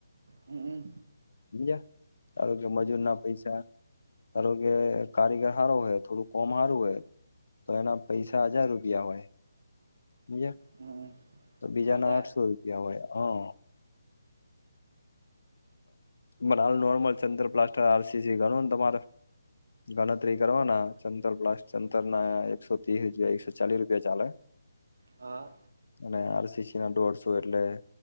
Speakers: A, on the right (about 65°); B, on the left (about 70°).
A: હમ્મ.
B: સમજયા? ધારો કે મજૂર ના પૈસા ધારો કે કારીગર હારો હોય થોડું કોમ સારું હોય તો એના પૈસા હજાર રૂપિયા હોય. હમજા
A: હમ
B: બીજાના
A: વધાર
B: આઠસો રૂપિયા હોય, હા. માલ નોર્મલ ચંદ્ર પ્લાસ્ટર આર સી સી ગણું ને તમારે? ગણતરી કરવાના ચંતર બ્લાસ્ટ ચંતર ના એકસો ત્રીસ એકસો ચાલીસ રૂપિયા ચાલે.
A: હા.
B: અને આર સી સી ના દોઢસો એટલે